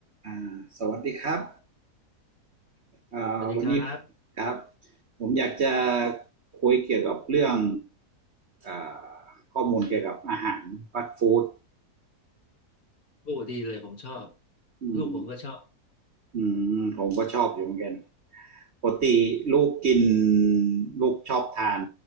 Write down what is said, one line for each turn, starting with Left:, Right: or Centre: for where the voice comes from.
Right: อ่าสวัสดีครับอ่าวันนี้
Left: สวัสดีครับ
Right: ครับผมอยากจะคุยเกี่ยวกับเรื่องอาข้อมูลเกี่ยวกับอาหารฟาสต์ฟู้ด
Left: โอ้ดีเลยผมชอบ
Right: อืม
Left: ลูกผมก็ชอบ
Right: อืมผมก็ชอบอยู่เหมือนกันปกติลูกกินลูกชอบทาน